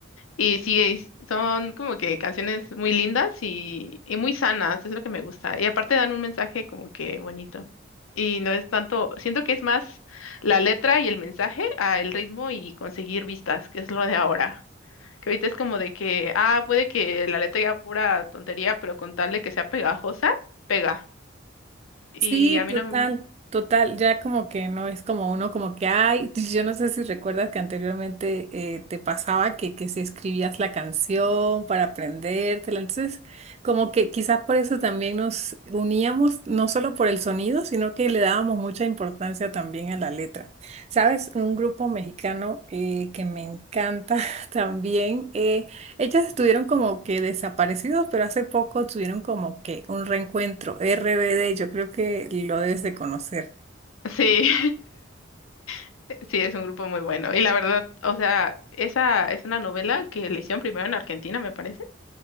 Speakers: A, on the left; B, on the right.
A: y sí, es- son como que canciones muy lindas y, y muy sanas, es lo que me gusta, y aparte dan un mensaje como que bonito. Y no es tanto, siento que es más la letra y el mensaje a el ritmo y conseguir vistas, que es lo de ahora. Que ahorita es como de que, ah, puede que la letra diga pura tontería, pero con tal de que sea pegajosa, pega. Y
B: Sí,
A: a mí
B: total,
A: no... m-
B: total. Ya como que no es como uno, como que, ay, <laughs> t- yo no sé si recuerdas que anteriormente eh, te pasaba que, que si escribías la canción para aprendértela. Entonces, como que quizás por eso también nos uníamos, no solo por el sonido, sino que le dábamos mucha importancia también a la letra. ¿Sabes? Un grupo mexicano eh, que me encanta <laughs> también. eh, ellas estuvieron como que desaparecidos, pero hace poco tuvieron como que un reencuentro. RBD, yo creo que lo debes de conocer.
A: Sí, <laughs> sí, es un grupo muy bueno. Y la verdad, o sea, esa es una novela que le hicieron primero en Argentina, me parece.